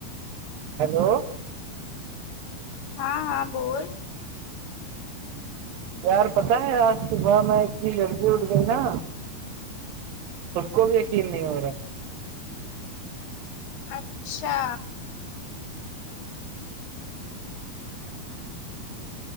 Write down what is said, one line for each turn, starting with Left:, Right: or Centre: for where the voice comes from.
Right: ہیلو
Left: ہاں ہاں بول
Right: یار پتہ ہے آج صبح میں اتنی جلدی اٹھ گئی نا سب کو بھی یقین نہیں ہو رہا
Left: اچھا